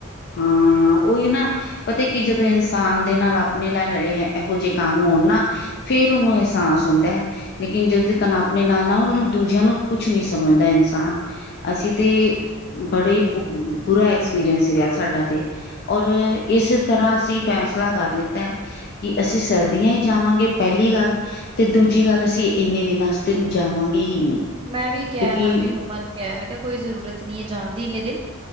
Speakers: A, on the left; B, on the right.
A: ਹਾਂ। ਉਹੀ ਨਾ। ਪਤਾ ਕਿ, ਜਦੋਂ ਇਨਸਾਨ ਦੇ ਨਾਲ, ਆਪਣੇ ਨਾਲ, ਇਹੋ ਜਿਹੇ ਕੰਮ ਹੋਣ ਨਾ। ਫੇਰ ਉਹਨੂੰ, ਇਹਸਸ ਹੁੰਦਾ ਹੈ। ਲੇਕਿਨ ਜਦੋਂ ਤਕ, ਕਪਣੇ ਨਾਲ ਨਾ ਹੁਣ। ਉਹ ਦੂਜਿਆਂ ਨੂੰ, ਕੁਛ ਨਹੀਂ ਸਮਝਦਾ, ਇਨਸਾਨ। ਅਸੀਂ ਤੇ, ਬੜਾ ਹੀ, ਬੁਰਾ ਐਕਸਪੀਰੀਅੰਸ ਰਿਹਾ ਸੀ। ਸਾਡਾ ਤੇ, ਔਰ ਇਸ ਤਰਾਂ, ਅਸੀਂ ਫੈਸਲਾ ਕਰ ਲਿੱਤਾ ਏ। ਕਿ ਅਸੀਂ ਸਰਦੀਆਂ ਹੀ ਜਾਵਾਂਗੇ ਪਹਿਲੀ ਗੱਲ। ਤੇ ਦੂਜੀ ਗੱਲ ਅਸੀਂ ਇੰਨੇ ਦਿਨਾਂ ਵਾਸਤੇ ਜਾਵਾਂਗੇ ਹੀ ਨਹੀਂ।
B: ਮੈਂ ਵੀ ਕਿਹਾ।
A: ਕਿਉਂਕਿ
B: ਮੈਂ ਵੀ ਮੰਮਾ ਨੂੰ, ਕਿਹਾ। ਮੈਂ ਕਿਹਾ ਕੋਈ ਜ਼ਰੂਰਤ ਨਹੀਂ ਹੈ। ਜਾਣ ਦੀ ਇੰਨੇ ਦਿਨ।